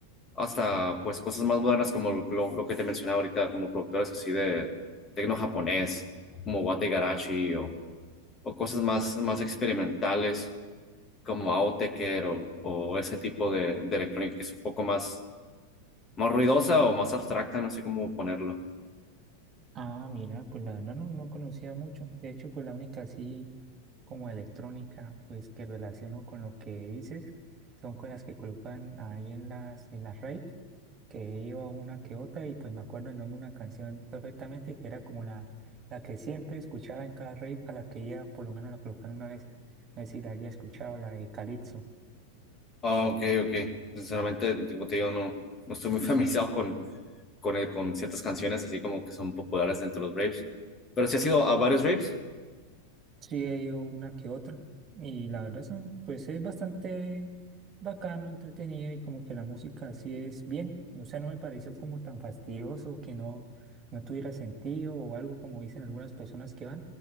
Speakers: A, on the left; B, on the right.
A: hasta pues cosas más modernas como lo, lo que te mencionaba ahorita, como productores así de tecno japonés, como Wate Garachi o, o cosas más, más experimentales como Autechre o, o ese tipo de, de electrónica que es un poco más, más ruidosa o más abstracta, no sé cómo ponerlo.
B: Ah, mira, pues la verdad no, no conocía mucho. De hecho, pues la única sí. como electrónica, pues que relaciono con lo que dices, son con las que colocan ahí en las, en las raves, que iba una que otra, y pues me acuerdo el nombre de una canción perfectamente, que era como la, la que siempre escuchaba en cada rave, a la que ella por lo menos la colocaron una vez, no sé si la haya escuchado, la de Calypso.
A: Ah, ok, ok. Sinceramente, como te digo, no, no estoy muy <laughs> familiarizado con, con, el- con ciertas canciones así como que son populares entre los raves. Pero sí has ido a varios raves.
B: Sí, he ido una que otra. Y la verdad son, pues es bastante bacano, entretenido y como que la música sí es bien. no sea, no me pareció como tan fastidioso que no, no tuviera sentido o algo como dicen algunas personas que van.